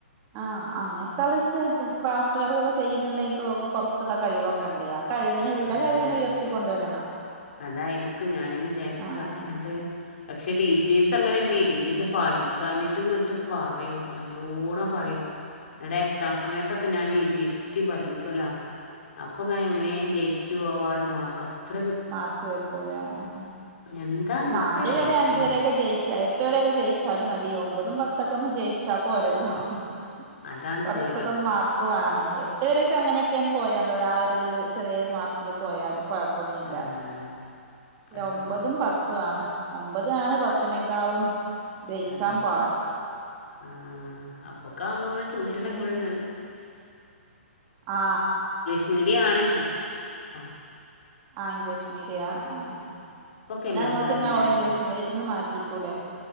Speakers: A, on the right; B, on the left.
A: ആഹ് അങ്ങനത്തെ <unintelligible> ക്രാഫ്റ്റ് വെയർകൾ ചെയ്യണണ്ടെങ്കിൽ ഓക്ക് കുറച്ചൊക്കെ കഴിവൊക്കെ ഉണ്ട് ആ കഴിവ കഴിവിന ഇല്ല
B: ആ
A: കഴിവിന ഉയർത്തിക്കൊണ്ടുവരണം
B: അതായിരിക്കും ഞാനും വിചാരിക്ക
A: ആഹ്
B: എന്നിട്ട് പക്ഷെ ടീച്ചേഴസ് അങ്ങനല്ലേ ടീ ഇത് പഠിക്കാഞ്ഞിട്ട് ങ്ങട്ട് പറിം നല്ലോണം പറിം ങ്ങട്ട് എക്സാം സമയത്തൊക്കെ ഞാന് ഇരിത്തി പഠിപ്പിക്കല അപ്പൊ ങ്ങനെ
A: ആഹ്
B: എങ്ങനേം ജയിച്ചു പോകാനുള്ള മാർക്ക് അത്ര
A: മാർക്ക് കിട്ടുല്ലേ ആ
B: എന്താന്ന് എനിക്കൊരു
A: നാല് വരെ
B: ഐഡിയ
A: അഞ്ച്
B: ഇല്ല
A: വരൊക്കെ ജയിച്ച എട്ട് വരെ ക്കെ ജയിച്ചാലും മതി ഒമ്പതും പത്തൊക്കൊന്ന് ജയിച്ച പോരല്ലോ ഉഹോ
B: അതാണ്
A: കൊറച്ചൊക്കെ
B: പേടി
A: മാർക്ക് വാണേ ട്ട് വരെക്കെ അങ്ങനെക്കെണ് പോയതന്നെ ആ ര് ചെറിയൊരു മാർക്ക്ന് പോയാലും കൊഴപ്പൊന്നുല്ല.
B: ഉം, അതാണ്
A: ഒമ്പതും പത്തും ആണ് ഒമ്പതാണ് പത്തിനേക്കാളും ജയിക്കാൻ
B: ഉം.
A: പാട്
B: ആ അപ്പോക്കെ ആവുമ്പോമ്മൾ ട്യൂഷനൊക്കെ
A: പിന്നെ
B: <unintelligible>
A: ആ
B: <inaudible> ആണ് അ ആ
A: ആ ഇംഗ്ലീഷ് മീഡിയ എഹ്
B: അപ്പൊക്കെ
A: ഇന്നാ
B: എല്ലായിടത്തും
A: ഇങ്ങൾക്ക്ന്നാ
B: അങ്ങനെയല്ലേ
A: ഓളെ ഇംഗ്ലീഷ് മീഡിയത്ത്ന്ന് മാറ്റി കുടേ